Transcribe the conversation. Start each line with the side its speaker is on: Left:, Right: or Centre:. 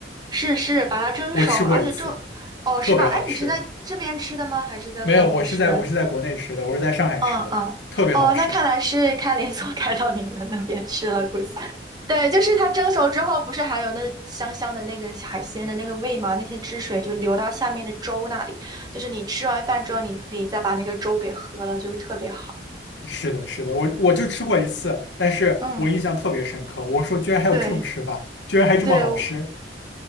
Right: 是是，把它蒸熟，
Left: 我吃过一次，
Right: 而且蒸，哦，
Left: 特别好吃。
Right: 是吧？哎，你是在这边吃的吗？还是在国内吃的？
Left: 没有，我是在我是在国内吃的，我是在上海吃的，
Right: 嗯嗯，
Left: 特别好吃。
Right: 哦，那看来是开连锁 <laughs> 开到你们那边吃了，估计。对，就是它蒸熟之后，不是还有那香香的那个海鲜的那个味吗？那些汁水就流到下面的粥那里，就是你吃完饭之后，你可以再把那个粥给喝了，就特别好。
Left: 是的，是的，我我就吃过一次，但是我印象特别深刻。
Right: 嗯，
Left: 我说，居然还有这种吃法，
Right: 对
Left: 居然还这么好吃。
Right: 对，